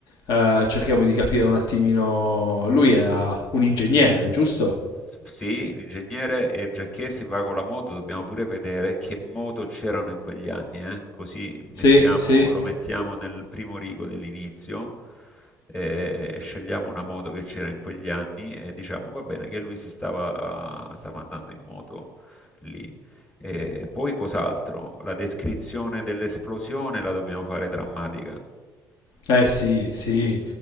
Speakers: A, on the left (about 75°); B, on the left (about 20°).
A: eh, cerchiamo di capire un attimino. Lui era un ingegnere, giusto?
B: S- sì, l'ingegnere e Giacchesi va con la moto, dobbiamo pure vedere che moto c'erano in quegli anni, eh? Così
A: Sì,
B: mettiamo-
A: sì.
B: lo mettiamo nel primo rigo dell'inizio, eh, scegliamo una moto che c'era in quegli anni e diciamo va bene che lui si stava, stava andando in moto lì. E poi cos'altro? La descrizione dell'esplosione la dobbiamo fare drammatica,
A: Eh sì, sì,